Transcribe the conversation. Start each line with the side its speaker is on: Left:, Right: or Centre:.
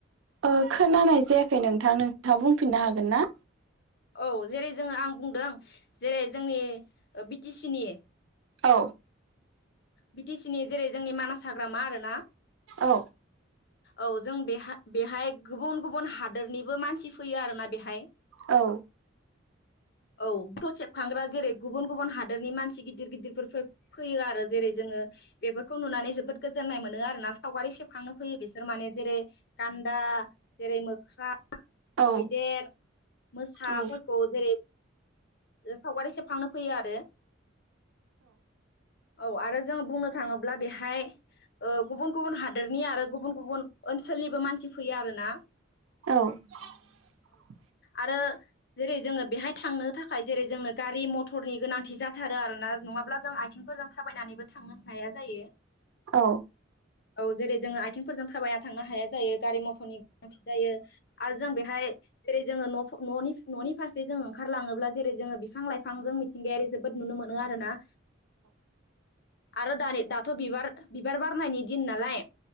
Right: ओ खोनानाय जायाखै नोंथां नोंथांङा बुंफिननो हागोन ना?
Left: औ जेरै जोंङो आं बुंदों जेरै जोंनि ओ बिटि सि नि
Right: औ
Left: बि टि सि नि जेरै जोंनि मानास हाग्रामा आरो ना
Right: औ
Left: औ जों बे बेहाय गुबुन गुबुन हादोरनिबो मानसि फैयो आरोना बेहाय
Right: औ
Left: औ पटसेबखांग्रा जेरै गुबुन गुबुन हादोरनि मानसि गिदिर गिदिरफोर फैयो आरो जेरै जों ङो बेफोरखौ नुनानै जोबोद गोजोननाय मोनो आरोना सावगारि सेबखांनो फैयो बिसोर माने जेरै गान्दा न्दा जेरै मोख्रा
Right: औ
Left: मैदेर मोसाफोरखौ
Right: औ
Left: जेरै सावगारि सेखांनो फैयो आरो औ आरो जोंङो बुंनो थांङोब्ला बेहाय ओ गुबुन गुबुन हादोरनि आरो गुबुन गुबुन ओनसोलनिबो मानसि फैयो आरो ना
Right: <unintelligible>
Left: आरो जेरै जोंङो बेहाय थांनो थाखा खाय जेरै जोंनो गारि मथरनि गोनांथि जाथारो आरो ना नंङाब्ला जों आइ आथिंफोरजों थाबायनानैबो थांनो हाया जायो
Right: औ
Left: औ जेरै जोङो आथिंफोरजों थाबायना थांनो हाया जायो गारि मथरनि गोनांथि जायो आरो जों बेहाय जेरै जोङो न'नि न'नि फारसे जों ओंखारलाङोब्ला जेरै जोङो बिफां लाइफांजों मिथिंगायारि जोबोद नुनो मोनो आरोना आरो दानि दाथ' बिबार बिबार बारनायनि दिन नालाय